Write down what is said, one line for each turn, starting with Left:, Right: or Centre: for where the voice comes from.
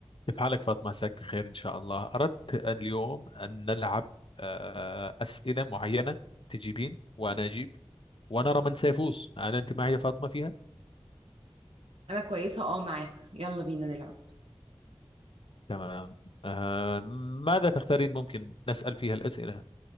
Left: كيف حالك فاطمة عساك بخير إن شاء الله أردت اليوم أن نلعب آه، أسئلة معينة تجيبين وأنا أجيب ونرى من سيفوز هل أنت معي يا فاطمة فيها؟
Right: انا كويسه اه معاك يلا بينا نلعب
Left: تمام آه، ماذا تختارين ممكن نسأل فيها الأسئلة؟